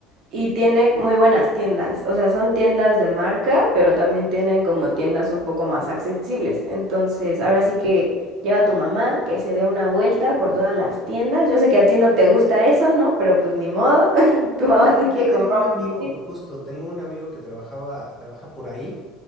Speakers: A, on the right; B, in the centre.
A: y tiene muy buenas tiendas. O sea, son tiendas de marca, pero también tienen como tiendas un poco más accesibles. Entonces, ahora sí que lleva a tu mamá que se dé una vuelta por todas las tiendas. Yo sé que a ti no te gusta eso, ¿no? Pero pues ni modo. <laughs> Tu mamá
B: Yo,
A: se quiere
B: yo tenía
A: comprar
B: un amigo,
A: un vestido.
B: justo, tengo un amigo que trabajaba, trabaja por ahí,